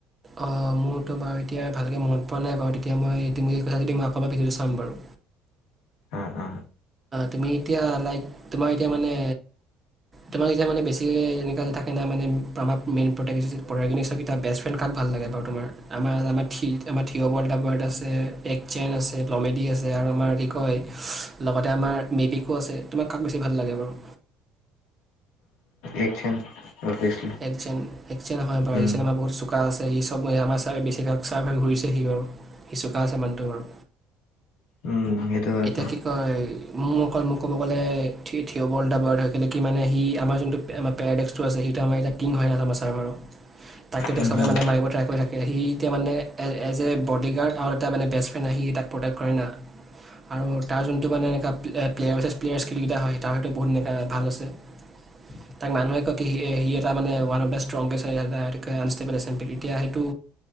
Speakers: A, on the right; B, on the left.
A: অঁ মোৰতো বাৰু এতিয়া ভালকে মনত পৰা নাই বাৰু তেতিয়া মই ইতিমধ্যে কথা যদি মই আকৌ এবাৰ ভিডিঅ'টো চাম বাৰু
B: আ আ
A: তুমি এতিয়া লাইক তোমাৰ এতিয়া মানে তোমাৰ এতিয়া মানে বেছি এনেকুৱা যে থাকে নাই মানে প্ৰমাপ মেইন প্ৰত্যেক এটা বেষ্ট ফ্ৰেণ্ড কাক ভাল লাগে বাৰু তোমাৰ? আমাৰ আমাৰ থি আমাৰ থিয়অ'ৱল্ডাৰ বাৰড আছে একচেন আছে, কমেডি আছে আৰু আমাৰ কি কয় লগতে আমাৰ মেবিকো আছে, তোমাক কাক বেছি ভাল লাগে বাৰু?
B: একচন অভিয়াচলি
A: একচেন একচেন হয় বাৰু
B: উম
A: আহিছেনে বহুত চু কা আছে সি চব আমাৰ ছাৰে বেছিভাগ চাৰ্বে ঘূৰিছে সি বাৰু সি চুকা আছে মানুহটো বাৰু
B: উম সেইটো হয়
A: এতিয়া
B: বাৰু
A: কি কয় মোৰ অকল মোক ক'ব গ'লে থি থিয় বল টাইপৰ হয় লেকি মানে সি আমাৰ যোনটো পেৰাদেকচটো আছে সেইটো আমাৰ এ কিং হয় আমা চাৰ্ভাৰৰ তাকে এতিয়া
B: উম
A: সবে
B: উম
A: মানে মাৰিব ত্ৰাই কৰি থাকে সি এতিয়া মানে এজ এ বডিগাৰ্ড আৰু এটা বেচ ফ্ৰেণ্ড আহি তাক প্ৰটেক্ট কৰে না আৰু তাৰ যোনটো মানে এনেকুৱা প্লেয়াৰছে প্লেয়াৰ স্কিলকেইটা হয় তাৰ হয়তো বহুত এনেকা ভাল আছে তাক মানুহে কয় কি সি এটা মানে one of the strongest unstable assembly এতিয়া সেইটো